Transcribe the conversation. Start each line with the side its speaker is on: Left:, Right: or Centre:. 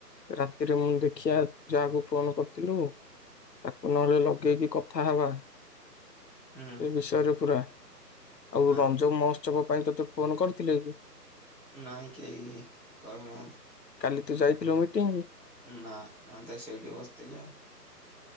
Left: ରାତିରେ ମୁଁ ଦେଖିବା ଯାହାକୁ ଫୋନ କରିଥିଲୁ ତାକୁ ନହେଲେ ଲଗେଇକି କଥା ହବା
Centre: ହୁଁ
Left: ସେ ବିଷୟରେ ପୁରା ଆଉ
Centre: ହଁ
Left: ରଞ୍ଜ ମହୋତ୍ସବ ପାଇଁ ତତେ ଫୋନ କରିଥିଲେ କି?
Centre: ନାଇଁ କେହି କହିନାହାନ୍ତି।
Left: କାଲି ତୁ ଯାଇଥିଲୁ ମିଟିଂ
Centre: ନା ଆମେ ତ ସେଇଠି ବସିଥିଲେ ଆଉ।